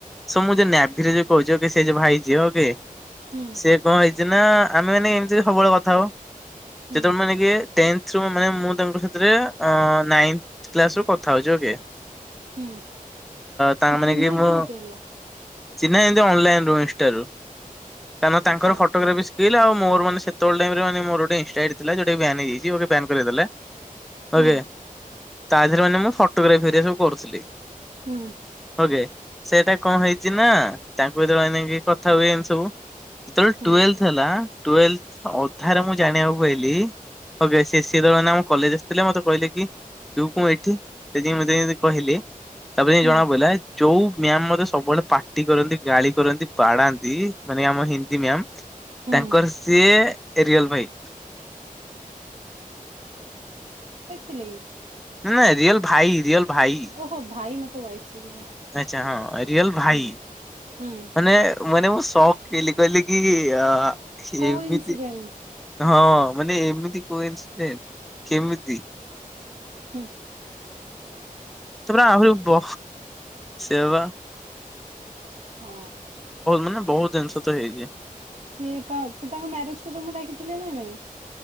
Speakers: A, in the centre; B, on the right.
A: ସ ମୁଁ ଯୋ <unintelligible> ବ୍ିରେ ଯୋ କହୁଛଛି ସେ ଯେ ଭାଇ ଝିହ କି
B: ହୁଁ
A: ସେ କଣ ହେଇଛି ନା ଆମେ ମାନେ ଏମିତି ସବୁବେଳେ କଥା ହଉ
B: ହୁଁ
A: ଯେତେବେଳେ ମାନେ କିଏ ଟେନ୍ଥ୍ ରୁ ମାନେ ମୁଁ ତାଙ୍କ ସାଥିରେ ନାଇନ୍ଥ୍ କ୍ଲାସ୍‌ରୁ କଥା ହେଉଚି ଓକେ।
B: ହୁଁ
A: ତାଙ୍କ
B: କି
A: ମାନେ
B: ଚିହ୍ନା କେମିତି
A: ମୁଁ
B: ହେଲା?
A: ଚିହ୍ନା ଏମିତି ଅନଲାଇନ୍ ନ ଇନଷ୍ଟା ରୁ କାରଣ ତାଙ୍କର
B: ଆଚ୍ଛା ଆଚ୍ଛା
A: ଫଟୋଗ୍ରାଫି ସ୍କିଲ୍ ଆଉ ମୋର ମାନେ ସେତେବେଳ ଟାଇମ୍ ରେ ମାନେ ମୋର ଗୋଟେ ଇନ୍‌ଷ୍ଟା ଆଇଡି ଥିଲା ଯୋଉଟାକି ବ୍ୟାନ ହେଇଯାଇଚି ଓକେ ବ୍ୟାନ କରେଇ ଦେଲେ
B: ହୁଁ
A: ଓକେ। ତା ଦେହରେ ମାନେ ମୁଁ ଫଟୋଗ୍ରାଫିରେ ସବୁ କରୁଥିଲି।
B: ହୁଁ।
A: ଓକେ ସେଇଟା କଣ ହେଇଚି ନା ତା ମୁଁ ଯୋଉ ଦୈନିକି କଥା ହୁଏ ଏନ୍ତି ସବୁ ଯେତେବେଳେ
B: ହୁଁ।
A: ଟ୍ୱେଲ୍ଥ୍ ହେଲା ଟ୍ୱେଲ୍ଥ୍ ଅଧାରେ ମୁଁ ଜାଣିବାକୁ ପାଇଲି ଓକେ ସେ ସେ ଦଳ ମାନେ ଆମ କଲେଜ ଆସିଥିଲେ ମତେ କହିଲେ କି ତୁ କଣ ଏଠି ସେ ଯେମିତି ମୋତେ ଏମିତି କହିଲେ ତାପରେ ଯାଇଁ
B: ହୁଁ
A: ଜଣା ପଡିଲା ଯୋଉ ମ୍ୟାମ୍ ମୋତେ ସବୁବେଳେ ପାଟି କରନ୍ତି ଗାଳି କରନ୍ତି ବାଡାନ୍ତି ମାନେ ଆମ ହିନ୍ଦୀ ମ୍ୟାାମ
B: ହୁଁ
A: ତାଙ୍କର ସିଏ ରିଏଲ ଭାଇ
B: ଥିଲେକି?
A: ନା ନା ରିଅଲ ଭାଇ ରିଅଲ ଭାଇ
B: ଓହୋ ଭାଇ ମତେ ତ ୱାଇଫ ଶୁଭିଲା।
A: ଆଚ୍ଛା ହଁ ରିୟଲ ଭାଇ
B: ହୁଁ ହୁଁ
A: ମାନେ ମାନେ ମୁଁ ଶକ୍ ହେଲିି କହିଲି କି ଆ ସିଏ
B: କୋ
A: ଏମିତି
B: ଇନସିଡେଣ୍ଟ
A: ହଁ। ମାନେ ଏମିତି କୋଇନ୍ସିଡେଣ୍ଟ୍, କେମିତି?
B: ହୁଁ।
A: ତାପରେ ଆହୁରି ବ ସେୟା ବା
B: ହଁ
A: ମାନେ ବହୁତ
B: ଆ
A: ଜିନିଷ
B: ସି
A: ତ ହେଇଛି।
B: ସିଏ ତାଙ୍କ ସିଏ ତାଙ୍କ ମ୍ୟାରେଜ କୁ ତମକୁ ଡାକିଥିଲ ନା ନାଇଁ?